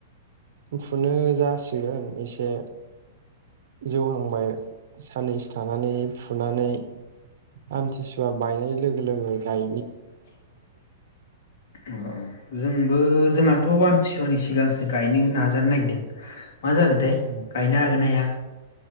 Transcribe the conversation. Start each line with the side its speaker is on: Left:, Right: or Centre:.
Right: फुनो जासिगोन एसे जौहांबाय। साननैसो थानानै फुनानै आमथिसुवा बायनाय लोगो लोगो गाय
Left: ओ जोंबो जोंहाथ' आं थिसुवानि सिगांसो गायनो हो नाजानो नागिरदों। मा जागोनथाइ
Right: औ
Left: गायनो हागोना हाया।